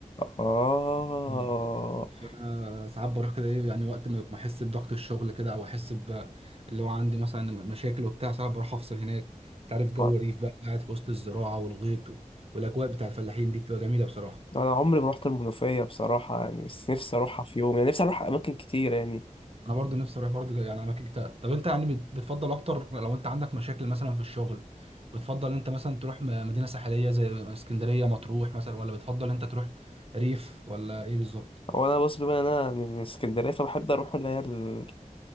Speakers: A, on the left (about 40°); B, on the right (about 45°).
A: آه
B: مم. انا ساعات بروح كده ايه يعني وقت ما ما احس بضغط الشغل كده او احس ب اللي هو عندي مثلا مشاكل وبتاع ساعات بروح افصل هناك انت عارف جو
A: آه.
B: الريف بقى قاعد في وسط الزراعه والغيط و- والاجواء بتاع الفلاحين دي بتبقى جميله بصراحه
A: أنا عمري ما رحت المنوفية بصراحة يعني بس نفسي أروحها في يوم يعني نفسي أروح أماكن كتير يعني
B: انا برضو نفسي اروح برضو يعني اماكن كتير طب انت يعني بت- بتفضل اكتر لو انت عندك مشاكل مثلا في الشغل بتفضل انت مثلا تروح م- مدينة ساحلية زي اسكندرية مطروح مثلا ولا بتفضل انت تروح ريف ولا ايه بالظبط
A: هو أنا بص بما إن أنا يعني من اسكندرية فبحب أروح اللي هي ال-